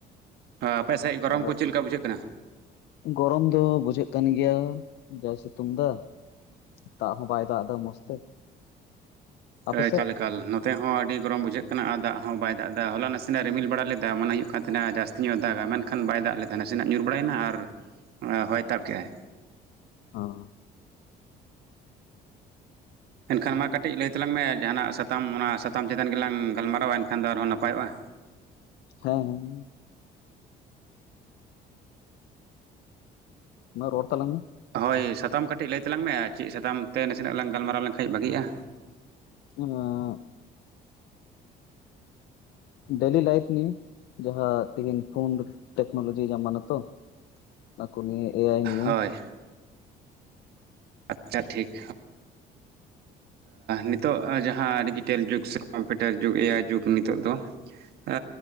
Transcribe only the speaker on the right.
ᱟᱯᱮᱥ ᱥᱮᱡ ᱜᱚᱨᱚᱢ
ᱠᱚ ᱪᱮᱫ ᱞᱮᱠᱟ ᱵᱩᱡᱷᱟᱹᱜ ᱠᱟᱱᱟ?
ᱮ ᱮᱠᱟᱞ
ᱮᱠᱟᱞ ᱱᱚᱛᱮ ᱦᱚᱸ ᱟᱹᱰᱤ ᱜᱚᱨᱚᱢ ᱵᱩᱡᱷᱟᱹᱜ ᱟᱨ ᱫᱟᱜ ᱦᱚᱸ ᱵᱟᱭ ᱫᱟᱜ ᱮᱫᱟ ᱦᱚᱞᱟ ᱱᱟᱥᱮᱱᱟᱜ ᱨᱤᱢᱤᱞ ᱵᱟᱲᱟ ᱞᱮᱫᱟ ᱢᱚᱱᱮ ᱦᱩᱭᱩᱜ ᱠᱟᱱ ᱛᱟᱦᱮᱱᱟ ᱡᱟᱥᱛᱤ ᱧᱚᱜ ᱮ ᱫᱟᱜᱟ ᱢᱮᱱ ᱠᱷᱟᱱ ᱵᱟᱭ ᱫᱟᱜ ᱞᱮᱫᱟ ᱱᱟᱥᱮᱱᱟᱜ ᱧᱩᱨ ᱵᱟᱲᱟᱭᱮᱱᱟ ᱟᱨ ᱦᱚᱭ ᱛᱟᱵ ᱠᱮᱫ ᱟᱭ᱾
ᱮᱱᱠᱷᱟᱱ ᱢᱟ ᱠᱟᱹᱴᱤᱡ ᱞᱟᱹᱭ ᱛᱟᱞᱟᱝ ᱢᱮ ᱡᱟᱦᱟᱱᱟᱜ ᱥᱟᱛᱟᱢ ᱚᱱᱟ ᱥᱟᱛᱟᱢ ᱪᱮᱛᱟᱱ ᱜᱮᱞᱟᱝ ᱜᱟᱞᱢᱟᱨᱟᱣᱟ ᱮᱱᱠᱷᱟᱱ ᱫᱚ ᱟᱨᱦᱚᱸ ᱱᱟᱯᱟᱭᱚᱜᱼᱟ᱾
ᱦᱳᱭ ᱥᱟᱛᱟᱢ ᱠᱟᱹᱴᱤᱡ ᱞᱟᱹᱭ ᱛᱟᱞᱟᱝ ᱢᱮ ᱪᱮᱫ ᱥᱟᱛᱟᱢ ᱛᱮ ᱱᱟᱥᱮᱱᱟᱜ ᱞᱟᱝ ᱜᱟᱞᱢᱟᱨᱟᱣ ᱞᱮᱱᱠᱷᱟᱡ ᱵᱷᱟᱹᱜᱮᱜᱼᱟ?
ᱦᱳᱭ ᱟᱪᱪᱷᱟ ᱴᱷᱤᱠ ᱱᱤᱛᱚᱜ ᱡᱟᱦᱟᱸ ᱰᱤᱡᱤᱴᱮᱞ ᱡᱩᱜᱽ ᱥᱮ ᱠᱚᱢᱯᱤᱴᱟᱨ ᱡᱩᱜᱽ ᱮ ᱟᱭᱤ ᱡᱩᱜᱽ ᱱᱤᱛᱚᱜ ᱫᱚ ᱮ